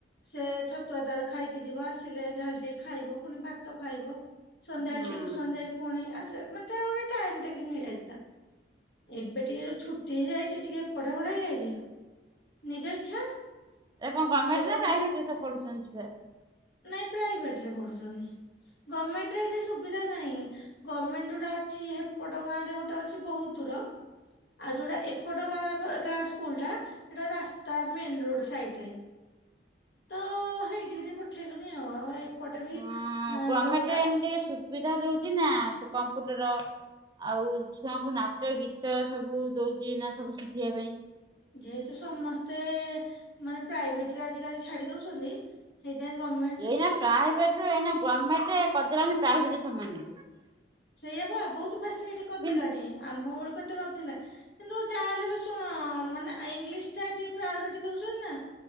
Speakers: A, on the left (about 60°); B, on the right (about 20°).
A: ସେ ଛତୁଆ ତାର ଖାଇକି ଯିବ ଆସିଲେ ଯା ହେଲେ ଟିକେ ଖାଇବ ପୁଣି ଭା ତ ଖାଇବ ସନ୍ଧ୍ୟାବେଳେ
B: ହଁ।
A: ଟିଉସନ୍ ଯାଇକି ପୁଣି ଆସେ ମାନେ ତାର ଗୋଟେ ଟାଇମ ଟେକିଙ୍ଗ ହେଇଯାଇଥିଲା। ଏବେ ଟିକେ ଯୋଉ ଛୁଟି ହେଇଯାଇଛି ଟିକେ ପଢା ପଢି ରହିଯାଇଛି ନିଜ ଇଚ୍ଛା।
B: ଏ କଣ ଗମେଣ୍ଟ୍
A: କିଏ କଣ
B: ନା ପ୍ରାଇଭେଟ ରେ ସବୁ ପଢୁଛନ୍ତି ଛୁଆ।
A: ନାଇଁ ପ୍ରାଇଭେଟରେ ପଢୁଛନ୍ତି ଗମେଣ୍ଟରେ ଏଠି ସୁବିଧା ନାହିଁ। ଗମେଣ୍ଟ ଯୋଉଟା ଅଛି ହେପଟ ଗାଁ ରେ ଗୋଟେ ଅଛି ବହୁତ ଦୂର। ଆଉ ଯୋଉଟା ଏପଟ ଗାଁ ଗାଁ ସ୍କୁଲ ଟା ସେଟା ରାସ୍ତା ମେନ୍ ରୋଡ୍ ସାଇଡ୍ ରେ। ତ ହେଇଠିକି ଟିକେ ପଠେଇଲୁନି ଆଉ ଆଉ ଏପଟେ ବି
B: ହଁ ଗମେଣ୍ଟରେ
A: ଯୋଉ ତା
B: ଏଇନେ ଟିକେ ସୁବିଧା ଦଉଛି ନା ସେ କମ୍ପ୍ୟୁଟର। ଆଉ ଛୁଆଙ୍କୁ ନାଚ ଗୀତ ସବୁ ଦଉଛି ନା ସବୁ ଶିଖିବା ପାଇଁ।
A: ଯେହେତୁ ସମସ୍ତେ ମାନେ ପ୍ରାଇଭେଟରେ ଆଜିକାଲି ଛାଡି ଦଉଛନ୍ତି। ସେଇଥିପାଇଁ ଗମେ
B: ଏଇନା ପ୍ରାଇଭେଟ୍ ରୁ ଏଇ ଗମେଣ୍ଟ କରିଦେଲାନି ପ୍ରାଇଭେଟ ସମାନ।
A: ସେଇଆ ବା ବହୁତ ଫେସିଲିଟି କରିଦେଲାଣି
B: ହୁଁ।
A: ଆମ ବେଳକୁ ଏତେ ନଥିଲା। କିନ୍ତୁ ଯାହା ହେଲେ ବି ଶୁଣ ମାନେ ଇଂଲିଶ ଟା ଟିକେ ପ୍ରାୟୋରିଟି ଦଉଛନ୍ତି ନା।